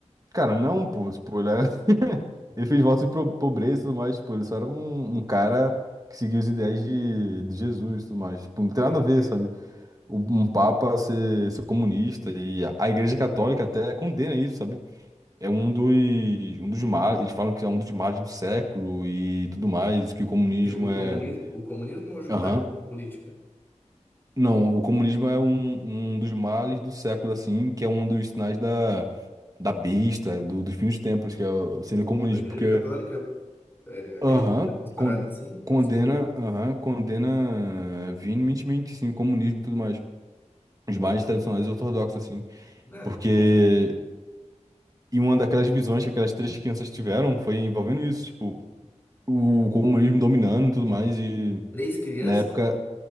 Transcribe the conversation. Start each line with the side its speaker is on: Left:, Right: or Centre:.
Right: Cara, não, pô, tipo, ele é ele fez voto de pro- pobreza e tudo mais, tipo, ele só era um, um cara que seguia os ideais de, de Jesus e tudo mais. Tipo, não tem
Left: Pode
Right: nada a
Left: crer.
Right: ver, sabe? O- Um papa ser, ser comunista e a, a Igreja Católica até condena isso, sabe? É um dos, um dos males, eles falam que é um dos males do século e tudo mais, que o comunismo
Left: E O
Right: é...
Left: comunismo, o comunismo ou juntar
Right: Aham.
Left: religião e política?
Right: Não, o comunismo é um, um dos males do século, assim, que é um dos sinais da, da besta, do, dos fins dos tempos, que é, o- seria
Left: Nossa,
Right: o comunismo,
Left: a Igreja
Right: porque...
Left: Católica É, acredito
Right: Aham,
Left: nessas paradas
Right: con-
Left: assim?
Right: condena,
Left: Nossa, não sabia não.
Right: aham, condena eh, veementemente, sim, o comunismo e tudo mais. Os
Left: Pô,
Right: mais tradicionais ortodoxos, assim.
Left: né?
Right: Porque,
Left: com certeza.
Right: e uma daquelas visões que aquelas três crianças tiveram foi envolvendo isso, tipo, o comunismo dominando e tudo mais. E,
Left: Três crianças?
Right: na época,